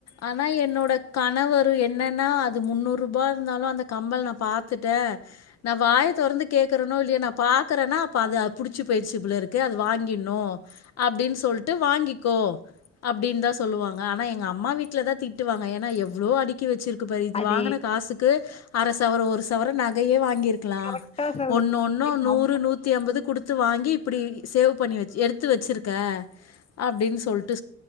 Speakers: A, on the left (about 60°); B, on the left (about 20°).
A: ஆனா என்னோட கணவரும் என்னன்னா அது முன்னூறு ரூபா இருந்தாலும் அந்த கம்மல் நா பாத்துட்டேன் நான் வாய தொறந்து கேக்குறேனோ இல்லையோ நான் பாக்கறன்னா அப்ப அது புடிச்சு போயிற்சி போல இருக்கு அது வாங்கினும் அப்படின்னு சொல்லிட்டு வாங்கிக்கோ அப்டின்னு தான் சொல்லுவாங்க ஆனா எங்க அம்மா வீட் திட்டுவாங்க ஏன்னா எவ்ளோ அடுக்கி வச்சிருக்க க்கு போய் இது
B: அது
A: வாங்குன காசுக்கு அரச சவரோ ஒரு சவரன் நகையே வாங்கி இருக்கலாம்
B: கரெக்டா சொல்ற
A: ஒன்னு ஒன்னு நூறு நூத்தி அம்பது குடுத்து வாங்கி இப்டி சேவ் பண்ணி எடுத்து வெச்சிருக்க அப்டின்னு சொல்டு